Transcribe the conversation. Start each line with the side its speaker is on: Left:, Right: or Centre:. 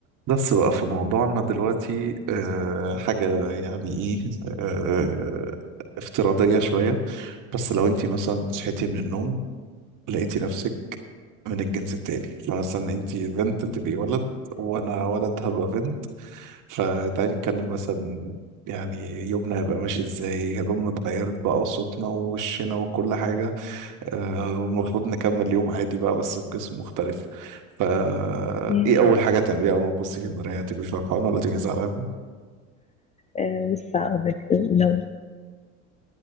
Right: بس بقى في موضوعنا دلوقتي أه حاجة يعني ايه أه افتراضية شوية بس لو انت مثلا صحيتي من النوم لقيتي نفسك من الجنس التاني فمثلا انت بنت تبقي ولد وانا ولد هبقى بنت فتعالي نتكلم مثلا يعني يومنا هيبقى ماشي ازاي هدومنا اتغيرت بقى وصوتنا ووشنا وكل حاجة آه، والمفروض نكمل اليوم عادي بقى بس في جسم مختلف فا
Left: ياه
Right: ايه اول حاجه تعمليها اول ما تبصي في المرايه تبقي فرحانه ولا تبقي زعلانه
Left: آه، بص هقول لك لو